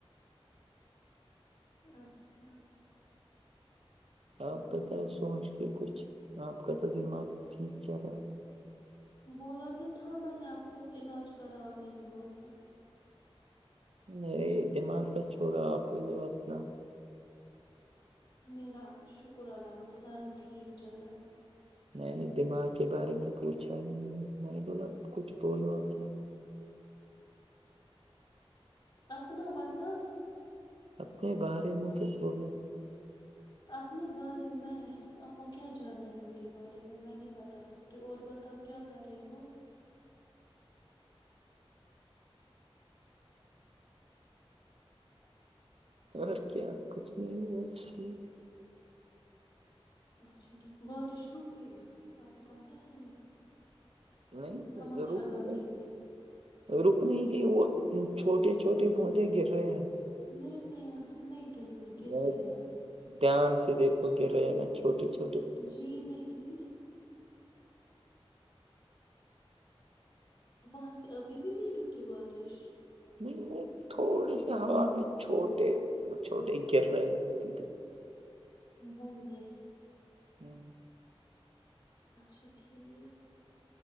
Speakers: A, on the left; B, on the right.
A: اچھا
B: آپ بتاؤ سوچ کے کچھ آپ کا تو دماغ ٹھیک چلا ہے
A: بولا تو تھا میں نے آپ کو علاج کرا اپنے دماغ کا
B: میری دماغ کا چھوڑا آپ لو اپنا
A: میرا شکر اللہ کا سارا ٹھیک جا رہا ہے
B: میں نے دماغ کے بارے میں پوچھا بھی نہیں میں نے بولا کچھ بولو اپنا
A: اپنا مطلب
B: اپنے بارے میں کچھ بولو
A: اپنے بارے میں آپ کو کیا جاننا ہے میرے بارے میں میں نہیں بتا سکتی اور بتاؤ کیا کر رہے ہو
B: اور کیا کچھ نہیں بس ٹھیک
A: اچا ٹھیک بارش روک گئی بیسی آپ کو پتہ ہے یہ
B: نہیں
A: ہمارے
B: ضرورت
A: علاقے
B: نہیں
A: سے
B: روک نہیں گئی وہ چھوٹے چھوٹے بودے گر رہے ہیں
A: نہیں نہیں ویسے نہیں گر گر
B: ذرا
A: رہے ہیں
B: دھیان سے دیکھو گر رہے ہیں نا چھوٹی چو
A: جی نہیں وہاں سے ابھی بھی نہیں رکی بارش
B: نہیں وہ تھوڑی سی ہوا میں چھوٹے چھوٹے گر رہے ہیں ابھی
A: بون دے
B: ہوں
A: اچھا ٹھیک